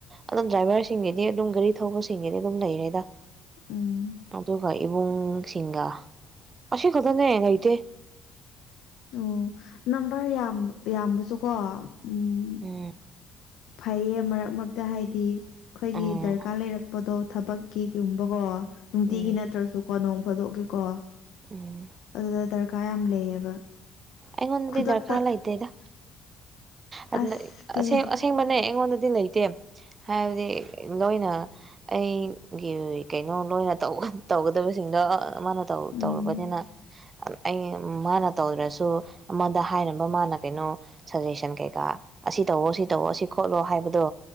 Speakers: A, on the right (about 40°); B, on the left (about 75°).
A: ꯑꯗꯨꯝ ꯗ꯭ꯔꯥꯏꯚꯔꯁꯤꯡꯒꯤꯗꯤ ꯑꯗꯨꯝ ꯒꯥꯔꯤ ꯊꯧꯕꯁꯤꯡꯒꯤꯗꯤ ꯑꯗꯨꯝ ꯂꯩꯔꯦꯗ
B: ꯎꯝ
A: ꯑꯗꯨꯒ ꯏꯕꯨꯡ ꯁꯤꯡꯒꯥ ꯑꯁꯤ ꯈꯛꯇꯅꯦ ꯂꯩꯇꯦ
B: ꯑꯣ ꯅꯝꯕꯔ ꯌꯥꯝ ꯌꯥꯝꯕꯁꯨꯀꯣ ꯎꯝ
A: ꯎꯝ
B: ꯐꯩꯌꯦ ꯃꯔꯛ ꯃꯔꯛꯇ ꯍꯥꯏꯗꯤ ꯑꯩꯈꯣꯏꯒꯤ
A: ꯎꯝ
B: ꯗꯔꯀꯥꯔ ꯂꯩꯔꯛꯄꯗꯣ ꯊꯕꯛꯀꯤꯒꯨꯝꯕꯀꯣ ꯅꯨꯡꯇꯤꯒꯤ
A: ꯎꯝ
B: ꯅꯠꯇ꯭ꯔꯁꯨꯀꯣ ꯅꯣꯡ ꯐꯥꯗꯣꯛꯒꯤꯀꯣ
A: ꯎꯝ
B: ꯑꯗꯨꯗ ꯗꯔꯀꯥꯔ ꯌꯥꯝ ꯂꯩꯌꯦꯕ
A: ꯑꯩꯉꯣꯟꯗꯗꯤ
B: ꯈꯨꯗꯛꯇ
A: ꯗꯔꯀꯥꯔ ꯂꯩꯇꯦꯗ ꯑꯗꯨꯅ
B: ꯑꯁ ꯄꯦ
A: ꯑꯁꯦꯡꯕꯅꯦ ꯑꯩꯉꯣꯟꯗꯗꯤ ꯗꯤ ꯂꯩꯇꯦ ꯍꯥꯏꯕꯗꯤ ꯂꯣꯏꯅ ꯑꯩꯒꯤ ꯀꯩꯅꯣ ꯂꯣꯏꯅ ꯇꯧꯒꯗꯕꯁꯤꯡꯗꯣ ꯃꯥꯅ
B: ꯎꯝ
A: ꯇꯧꯔꯕꯅꯤꯅ ꯑꯩ ꯃꯥꯅ ꯇꯧꯗ꯭ꯔꯁꯨ ꯑꯃꯗ ꯍꯥꯏꯅꯕ ꯃꯥꯅ ꯀꯩꯅꯣ ꯁꯖꯦꯁꯟ ꯀꯩꯀꯥ ꯑꯁꯤ ꯇꯧꯋꯣ ꯁꯤ ꯇꯧꯋꯣ ꯑꯁꯤ ꯈꯣꯠꯂꯣ ꯍꯥꯏꯕꯗꯣ